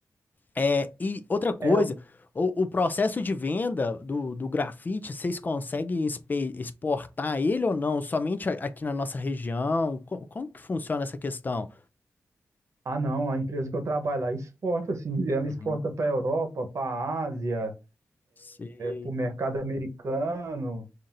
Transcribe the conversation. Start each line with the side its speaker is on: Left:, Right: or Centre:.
Left: É, e outra coisa,
Right: é. o-
Left: o, o processo de venda do, do grafite, vocês conseguem espe- exportar ele ou não? Somente a- aqui na nossa região? Co- Como, que funciona essa questão?
Right: Ah, não, a empresa que eu trabalho lá exporta, assim, ela
Left: Uhum.
Right: exporta para a Europa, para a Ásia,
Left: Sei.
Right: para o mercado americano,